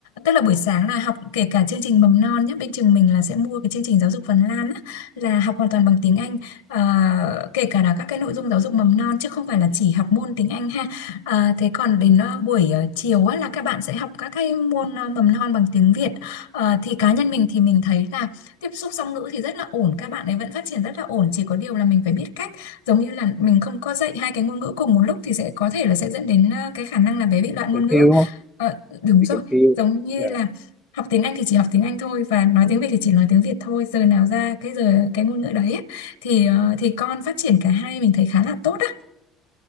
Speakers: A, on the left (about 80°); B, in the centre.
A: tức là buổi sáng là học kể cả chương trình mầm non nhé bên trường mình là sẽ mua cái chương trình giáo dục Phần Lan á là học hoàn toàn bằng tiếng Anh à, kể cả là các cái nội dung giáo dục mầm non chứ không phải là chỉ học môn tiếng Anh ha À, thế còn đến ờ, buổi ờ, chiều á, là các bạn sẽ học các cái môn ờ, mầm non bằng tiếng Việt Ờ, thì cá nhân mình thì mình thấy là tiếp xúc song ngữ thì rất là ổn các bạn ấy vẫn phát triển rất là ổn chỉ có điều là mình phải biết cách giống như là mình không có dạy hai cái ngôn ngữ cùng một lúc thì sẽ có thể là sẽ dẫn đến ờ, cái khả năng là bé bị loạn ngôn
B: cần
A: ngữ
B: phiêu đúng không
A: Ờ, đúng
B: bị
A: rồi
B: cần phiêu
A: giống như
B: Dạ.
A: là học tiếng Anh thì chỉ học tiếng Anh thôi và nói tiếng Việt thì chỉ nói tiếng Việt thôi giờ nào ra cái giờ cái ngôn ngữ đấy ấy, thì ờ, thì con phát triển cả hai mình thấy khá là tốt á